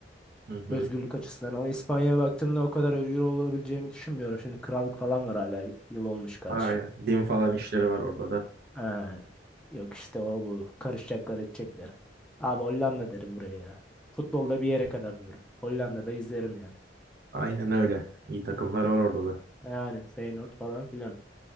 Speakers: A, on the right; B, in the centre.
A: Hı hı.
B: Özgürlük açısından ama İspanya'ya baktığımda o kadar özgür olabileceğimi düşünmüyorum. Şimdi krallık falan var hala yıl olmuş kaç.
A: Aynen. Din falan işleri var orada da.
B: Ha, yok işte o bu karışacaklar edecekler. Abi Hollanda derim buraya ya. Futbolda bir yere kadar diyorum. Hollanda'da izlerim yani.
A: Aynen öyle. İyi takımlar var orada da.
B: Yani Feyenoord falan filan.